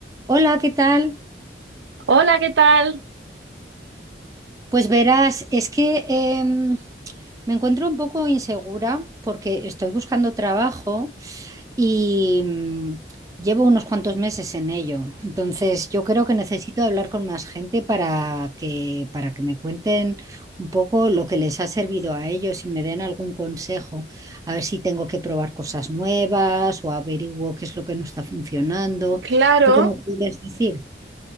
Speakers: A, on the right (about 20°); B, on the right (about 85°).
A: Hola, ¿qué tal?
B: Hola, ¿qué tal?
A: Pues verás, es que em, me encuentro un poco insegura porque estoy buscando trabajo y mm, llevo unos cuantos meses en ello. Entonces, yo creo que necesito hablar con más gente para que, para que me cuenten un poco lo que les ha servido a ellos y me den algún consejo, a ver si tengo que probar cosas nuevas o averiguo qué es lo que no está funcionando.
B: Claro,
A: ¿Tú qué me podrías decir?